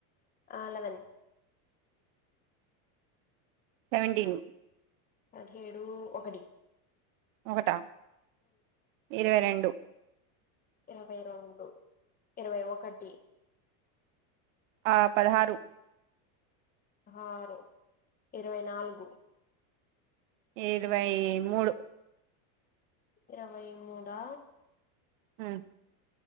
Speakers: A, on the left (about 20°); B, on the right (about 60°).
A: అళ్ళాదాని
B: సెవెంటీన్
A: పదిహేడు ఒకటి
B: ఒకటా ఇరవై రెండు
A: ఇరవై రెండు ఇరవై ఒకటి
B: ఆ పదహారు
A: ఆరు ఇరవై నాలుగు
B: ఇరవై మూడు
A: ఇరవై మూడా
B: హ్మ్